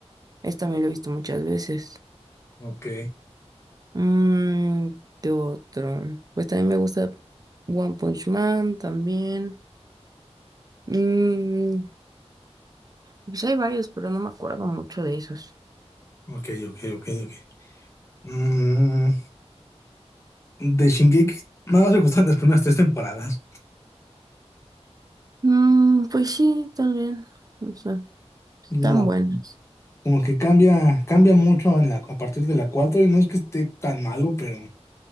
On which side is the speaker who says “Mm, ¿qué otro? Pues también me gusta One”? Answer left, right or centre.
Right